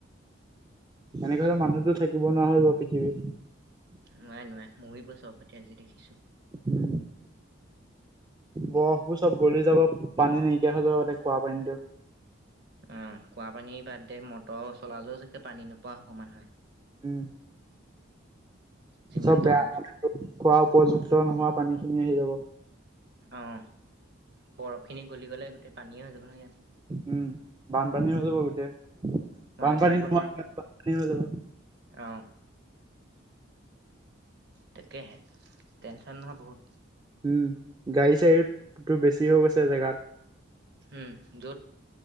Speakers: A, on the right (about 20°); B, on the right (about 55°).
A: এনেক হলে মানুহতো থাকিব নোৱাৰা হৈ যাব পৃথিৱীত।
B: নোৱাই নোৱাই মৰিব চব সেতে যি দেখিছো।
A: উম, বৰফবোৰ চব গলি যাব পানী নাইকিয়া হৈ যাব তাতে খোৱা পানীতো
B: অহ খোৱা পানী বাদে মটৰ চলালেও চাগে পানী নোপোৱা হব মানুহে
A: উম
B: যিমান
A: চব
B: তললে
A: বেয়া খোৱা। উপযুক্ত নোহোৱা পানীখিনি আহি যাব।
B: অহ বৰফ খিনি গলি গ'লে। গোটেই পানী হৈ যাব নহয় ইয়াত।
A: উম, বানপানী হৈ যাব গোটেই।
B: মানুহ
A: বানপানী
B: থাকিব
A: নোৱা
B: নোৱাৰা
A: যাব।
B: অ', তাকেহে টেচন হ বহুত।
A: উ গাড়ী চাড়ী বেছি হৈ গৈছে জেগাত।
B: উম য'ত